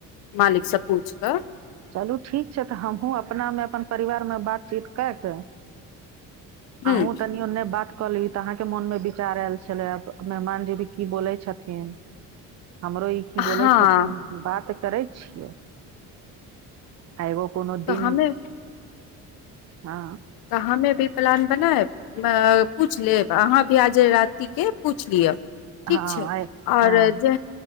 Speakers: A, on the left (about 75°); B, on the right (about 50°).
A: मालिक से पूछ क
B: चलू ठीक छै तऽ हमहूँ अपनामे अपन परिवारमे बातचीत कए कऽ
A: ह
B: अहूँ तनियो ओनो बात कहली त अहाँके मोन मे विचार आयल छले आब मेहमानजी भी की बोले छथिन हमरो ई की
A: हँ
B: बोले छथिन बात करै छियै आ एगो कोनो
A: तऽ
B: दिन
A: हमे
B: हँ
A: तऽ हमे भी प्लान बनाएब पूछि लेब अहाँ भी आ जाय रातीके पूछि लिअ ठीक
B: हँ
A: छै
B: आइ
A: और
B: हँ
A: जे